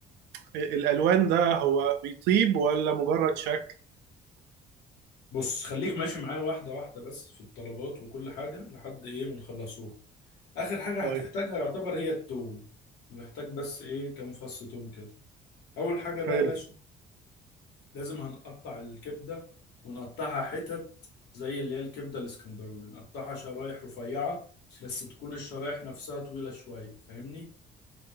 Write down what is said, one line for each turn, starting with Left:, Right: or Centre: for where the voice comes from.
Right: الالوان ده هو بيطيب ولا مجرد شكل
Left: بص خليك ماشي معايا واحده واحده بس في الطلبات وكل حاجه لحد ايه ما نخلصوها اخر حاجه
Right: طيب
Left: هتحتاجها يعتبر هي التوم نحتاج بس ايه كام فص توم كده اول حاجه بقى
Right: حلو
Left: يا باشا لازم هنقطع الكبده ونقطعها حتت زي اللي هي الكبده الاسكندراني نقطعها شرايح رفيعه بس تكون الشرايح نفسها طويله شويه فاهمني